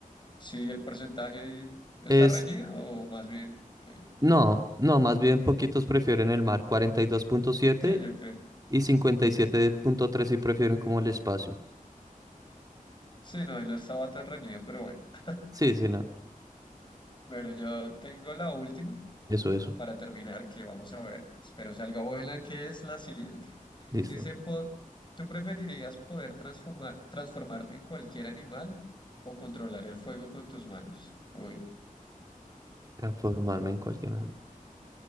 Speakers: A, on the left; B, on the right.
A: Sí, el porcentaje ahí está
B: Es,
A: reñido, o más bien, que
B: no, no, más bien poquitos prefieren el mar, cuarenta y dos punto siete
A: sí, yo creo.
B: y cincuenta y siete punto tres sí prefieren como el espacio.
A: Sí, no, no estaba tan reñido, pero bueno. <laughs>
B: Sí, sí, no,
A: Bueno, yo tengo la última
B: eso, eso,
A: para terminar, que vamos a ver. Espero salga buena, que es la siguiente.
B: listo.
A: Dice, po- ¿tú preferirías poder transformar, transformarte en cualquier animal o controlar el fuego con tus manos? Uy.
B: Transformarme en cualquier animal.